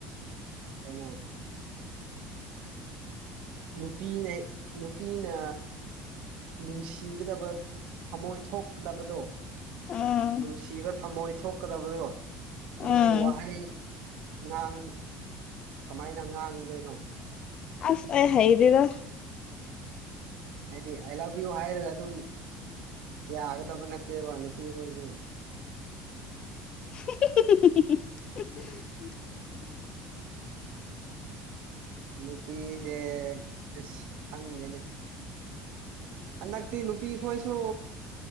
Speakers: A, on the right; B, on the left.
A: ꯀꯩꯅꯩꯅꯣ ꯅꯨꯄꯤꯅ ꯅꯨꯄꯤꯅ ꯅꯨꯡꯁꯤꯒꯗꯕ ꯊꯃꯣꯏꯊꯣꯛꯀꯗꯕꯗꯣ
B: ꯑꯥ
A: ꯅꯨꯡꯁꯤꯕ ꯊꯝꯃꯣꯏ ꯊꯣꯛꯀꯗꯕꯗꯣ ꯑꯗꯨꯒꯤ
B: ꯑꯥ
A: ꯋꯥꯍꯩ ꯉꯥꯡ ꯀꯃꯥꯏꯅ ꯉꯥꯡꯗꯣꯏꯅꯣ
B: ꯑꯁ ꯍꯥꯏꯩꯗꯔ
A: ꯍꯥꯏꯗꯤ ꯑꯥꯏ ꯂꯚ ꯌꯨ ꯍꯥꯏꯔꯒ ꯑꯗꯨꯝ ꯌꯥꯒꯗ ꯐꯅꯠꯇ ꯋꯥꯂ ꯄꯤꯣꯏꯁ
B: <inaudible>
A: ꯅꯨꯄꯤꯁꯦ ꯑꯁ ꯈꯪꯗꯦꯅꯦ ꯍꯟꯗꯛꯇꯤ ꯅꯨꯄꯤ ꯈꯣꯏꯁꯨ